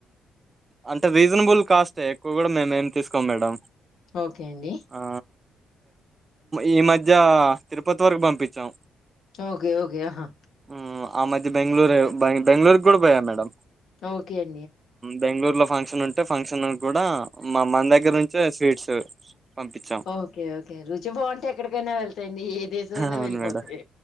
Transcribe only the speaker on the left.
ఓకే అండి
ఓకే ఓకే ఆహా
ఓకే అ
ఓకే ఓకే రుచి బాగుంటే ఎక్కడికైనా వెళ్తాయండి ఏ దేశమ అైనా
వెళ్ళిపోతా